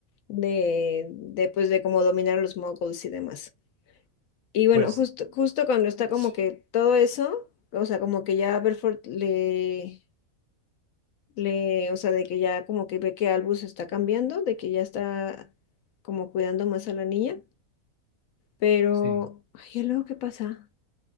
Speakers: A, on the left (about 80°); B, on the right (about 65°).
A: de, de pues de cómo dominar a los muggles y demás. Y bueno,
B: pues,
A: justo, justo cuando está como
B: sí,
A: que todo eso, o sea, como que ya Berford le, le, o sea, de que ya como que ve que Albus está cambiando, de que ya está como cuidando más a la niña, pero,
B: sí.
A: ay, ¿y luego qué pasa?